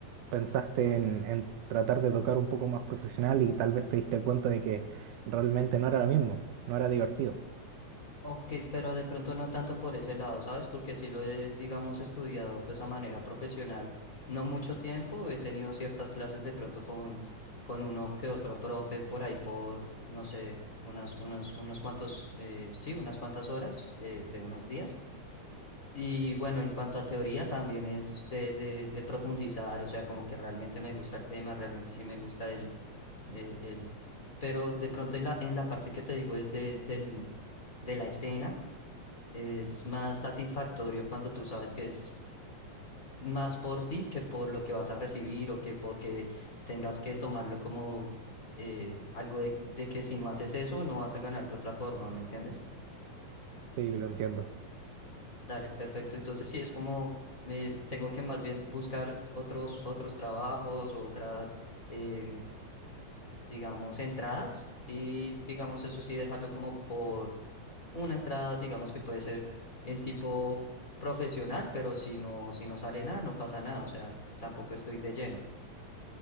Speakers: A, on the right; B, on the left.
A: pensaste en, en tratar de tocar un poco más profesional y tal vez te diste cuenta de que realmente no era lo mismo, no era divertido.
B: Ok, pero de pronto no tanto por ese lado, ¿sabes? Porque sí lo he, digamos, estudiado pues a manera profesional, no mucho tiempo, he tenido ciertas clases de pronto con, con uno que otro profe por ahí por, no sé, unas, unas, unos cuantos, eh, sí, unas cuantas horas eh, de unos días. Y bueno, en cuanto a teoría también es de, de, de profundizar, o sea, como que realmente me gusta el tema, realmente sí me gusta el, el, el- pero de pronto en la, en la parte que te digo es de, del, de la escena es más satisfactorio cuando tú sabes que es más por ti que por lo que vas a recibir o que porque tengas que tomarlo como eh, algo de, de que si no haces eso no vas a ganar de otra forma, ¿me entiendes?
A: Sí, lo entiendo,
B: Dale, perfecto. Entonces sí, es como eh, tengo que más bien buscar otros, otros trabajos o otras, eh, digamos, entradas y, digamos, eso sí, dejarlo como por una entrada, digamos, que puede ser en tipo profesional, pero si no, si no sale nada, no pasa nada, o sea, tampoco estoy de lleno.